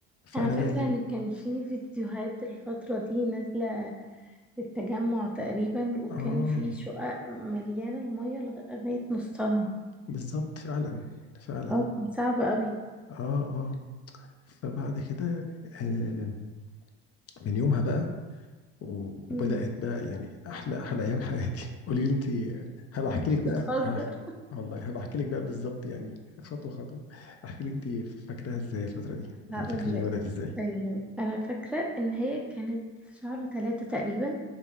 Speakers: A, on the left; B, in the centre.
A: فانا
B: أنا فاكرة
A: بقى ايه
B: إن كان في فيديوهات الفترة دي نازلة للتجمع تقريبا وكان
A: اه
B: في شقق مليانة المية لغ- لغاية نصها
A: بالظبط فعلا فعلا
B: اه كان صعب قوي
A: اه اه فبعد كده آه، من يومها بقى و- وبدأت
B: مم.
A: بقى يعني احلى احلى ايام حياتي <laughs> قولي لي انت هبقى احكي لك بقى
B: بتهزر
A: ه- والله هبقى احكي لك بقى بالظبط يعني خطوة خطوة احكي لي انت فاكراها ازاي الفترة دي يعني
B: هقول
A: فاكرة انها
B: لك
A: بدأت ازاي
B: أيوة. أنا فاكرة إن هي كانت في شهر ثلاثة تقريبا